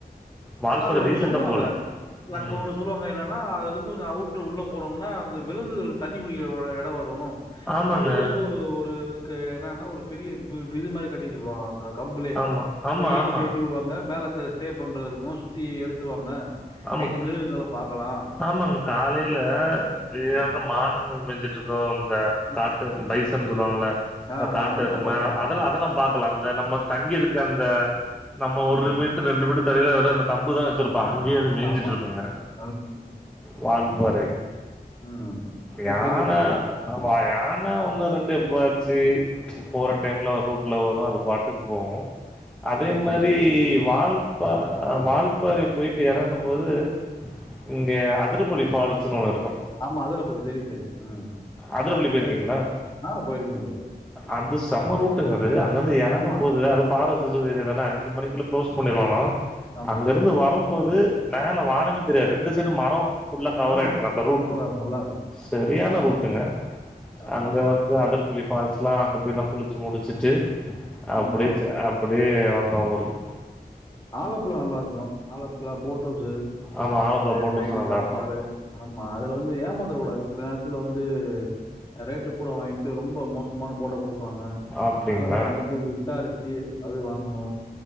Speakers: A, in the centre; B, on the left (about 25°).
A: வால்பாற
B: அதுல ஒண்ணு
A: ரீசெண்டா
B: சொல்லுவாங்க
A: போல
B: இல்ல அங்க
A: ம்
B: ஒண்ணு சொல்லுவாங்க என்ன ஆனா அது வந்து கொஞ்சோ அவுட்ரு உள்ள போறோம்னா விலங்குகள் தண்ணி குடிக்கிற ஒரு எடோ வரு
A: ஆமாங்க
B: நடுவுல வந்து ஒரு ஒரு இருக்கு என்னன்னா ஒரு பெரிய பி பிது மாரி கட்டி வச்சுருப்பாங்களா அது அ கம்புளே
A: ஆமா
B: அத
A: ஆமா
B: ஏணிக்கு
A: ஆமா
B: ஏத்தி விடுவாங்க மேலத்தே ஸ்டே பண்றது இருக்கு சுத்தி எடுத்துருவாங்க
A: ஆமாக்
B: நைட்டு மிருகங்கள பார்க்கலாம்.
A: ஆமாங்க காலையில வேத
B: ம்.
A: மான்கள் மேஞ்சுட் ருக்கு இந்த
B: ம்.
A: காட்டு பைசன் சொல்லுவாங்கல
B: ஆமா.
A: காட்டெருமை
B: அது நான் பார்த்துருக்கேன்.
A: அதெல்லா
B: ஆ.
A: அதெல்லா பாத் களா அந்த நம்ம தங்கி இருக்க அந்த நம்ம ஒரு
B: ம்.
A: மீட் டர் ரெண்டு மீட்டர் தள்ளிதா எடோ அங்க கம்புதா வச்சிருப்பா அங்கயே அது மேஞ்சிட்டு
B: ஆமா.
A: இருக்குங்க
B: அ.
A: வால்பாறை
B: ம். அது
A: யான
B: கேள்விப்பட்டுருக்கேன்.
A: ஆமா யானா ஒண்ணு ரெண்டு எப்பயாச்சு போற டைம்ல ரூட்ல வரு அது பாட்டுக்கு போகு அதே
B: ம்.
A: மாரி வால்பா வால்பாறை போய்ட் டு எறங்கும் போது இங்க அதிரப்படி ஃபால்ஸ்னு ஒண்ணு இருக்கு
B: ஆமா அதிரப்படி தெரியு தெரியு ம்
A: அதிரப்பள்ளி போயிருக்கீங்களா?
B: போய்ருக்கே நானு போய்ருக்கே போய்ருக்கே
A: அது செம்ம ரூட்டுங்க அது அங்கர்ந்து எறங்கும்
B: ஆமா,
A: போது அது ஃபாரஸ்ட் ரிசர்ச்வு ஏரியா தான அஞ்சு மணிக்குள்ள க்ளோஸ் பண்ணிருவானுவோ
B: ஆமா,
A: அங்கருந்து வ வரம்போது மேல வானமே தெரியாது ரெண்டு சைடு மரோ ஃபுல்லா கவர்
B: ஆமா.
A: ஆயிட்ருக்கு அந்த ரூட்டு
B: சூப்பரா இருக்கும். நல்லாருக்கும்.
A: சரியான ரூட்டுங்க
B: ஆமா,
A: அங்க வந் து அதரபள்ளி ஃபால்ஸ்ல்லா அங்க போயலா குளுச்சு முடுச்சுட்டு அப்டியே
B: ஆமா.
A: ச அப் அப்டியே வந்தோ ஊருக்
B: ஆலப்புலா நல்லாருக்கு ஆலப்புலா போட் அவுஸ்ஸு
A: ஆமா ஆலப்புழா
B: அங்க
A: போட்
B: நைட்டு
A: ஹவுஸும் நல்லாருக்கும்.
B: சாப்பாடு ஆமா அதுல வந்து ஏமாந்துரகூடாது சில நேரத்துல வந்து ரேட்டு கூட வாங்கிட்டு ரொம்ப மோசமான போட குடுப்பாங்க
A: அப்டிங்களா?
B: ஆலகுலா அங்க போய் விசாரிச்சு அது வாங்கணு